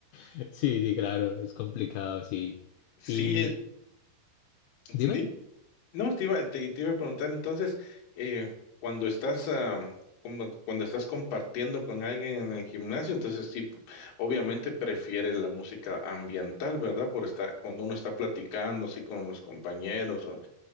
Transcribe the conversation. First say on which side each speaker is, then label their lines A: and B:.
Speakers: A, on the left; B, on the left.
A: Sí, sí, claro, es complicado, sí.
B: Sí,
A: Y dime.
B: sí, No, te iba, te, te iba a preguntar entonces, eh, cuando estás, ah, como- cuando estás compartiendo con alguien en el gimnasio, entonces sí, p- obviamente prefieres la música ambiental, ¿verdad? Por estar, cuando uno está platicando así con los compañeros, o-